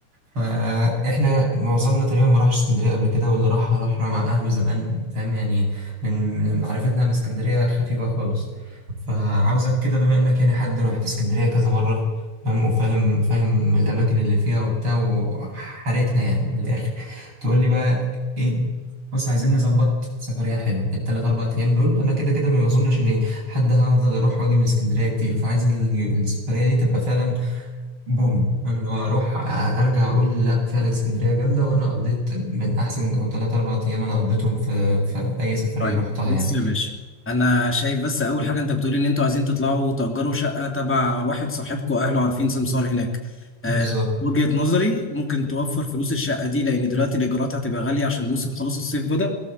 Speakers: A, on the right; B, in the centre.
A: فاحنا معظمنا تقريبا ما راحش اسكندريه قبل كده واللي راح راح مع اهله زمان فاهم يعني من من معرفتنا عن اسكندريه خفيفه خالص فعاوزك كده بما انك يعني حد روحت اسكندريه كذا مره فاهم وفاهم فاهم الاماكن اللي فيها وبتاع وحارتها يعني من الاخر تقول لي بقى ايه بص عايزين نظبط سفريه حلوه التلات اربع ايام دول انا كده كده ما اظنش ان حد هفضل اروح واجي من اسكندريه كتير فعايز ال- السفريه دي تبقى فعلا بوم فاهم اللي هو اروح أ- ارجع اقول لا فعلا اسكندريه جامده وانا قضيت من احسن او ثلاث اربع ايام انا قضيتهم في في اي سفريه
B: طيب
A: رحتها
B: بص
A: يعني
B: يا باشا انا شايف بس اول حاجه انت بتقولي ان انتوا عايزين تطلعوا تأجروا شقه تبع واحد صاحبكم اهله عارفين سمسار هناك آه،
A: بالظبط
B: وجهة نظري ممكن توفر فلوس الشقه دي لان دلوقتي الايجارات هتبقى غاليه عشان موسم خلاص الصيف بدأ